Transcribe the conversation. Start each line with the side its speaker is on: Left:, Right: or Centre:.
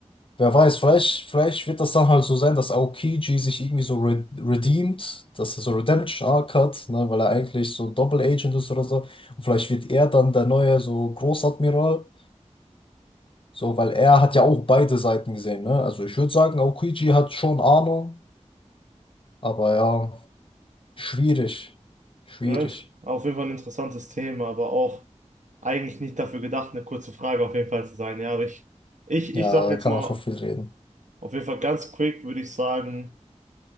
Left: wer weiß, vielleicht, vielleicht wird das dann halt so sein, dass Aokiji sich irgendwie so re redeemt, dass er so Redemption Arc hat, ne, weil er eigentlich so Double Agent ist oder so. Und vielleicht wird er dann der neue so Großadmiral. So, weil er hat ja auch beide Seiten gesehen, ne? Also ich würde sagen, Aokiji hat schon Ahnung, aber ja, schwierig. Schwierig.
Right: Right? Auf jeden Fall ein interessantes Thema, aber auch eigentlich nicht dafür gedacht, eine kurze Frage auf jeden Fall zu sein. Ja, aber ich, ich,
Left: Ja,
Right: ich sage
Left: da
Right: jetzt
Left: kann
Right: mal,
Left: man schon viel reden.
Right: auf jeden Fall ganz quick würde ich sagen,